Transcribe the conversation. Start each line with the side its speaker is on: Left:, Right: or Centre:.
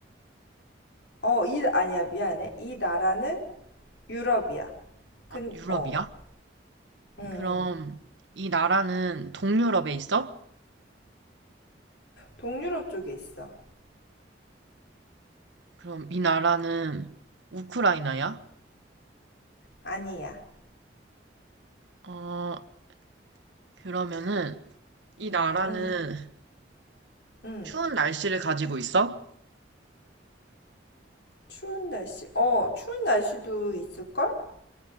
Left: 어, 이, 아니야, 미안해. 이 나라는 유럽이야. 근,
Right: 아, 유럽이야?
Left: 어, 응, 응.
Right: 그럼, 이 나라는 동유럽에 있어?
Left: 동유럽 쪽에 있어.
Right: 그럼 이 나라는 우크라이나야?
Left: 아니야.
Right: 어, 그러면은, 이 나라는
Left: 응, 응.
Right: 추운 날씨를 가지고 있어?
Left: 추운 날씨, 어, 추운 날씨도 있을걸?